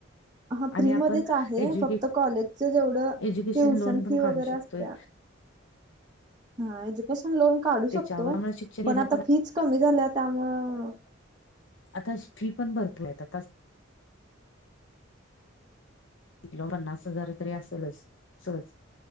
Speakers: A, on the right (about 20°); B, on the left (about 65°).
A: हा
B: आणि
A: फ्रीमध्येच
B: आपण
A: आहे
B: एज्युकेश
A: फक्त कॉलेजच जेवढं
B: एज्युकेशन
A: ट्युशन
B: लोन पण
A: फी
B: काढू
A: वगैरे
B: शकतोय,
A: असत्या हा एज्युकेशन लोन काढू
B: त्याच्यावर
A: शकतो
B: त्यामुळे शिक्षण घेणं
A: पण आता फीच कमी झाल्या त्यामुळ
B: आता फी पण भरपूर आहेत आता बिलो पन्नास हजार तरी आसलच सहज.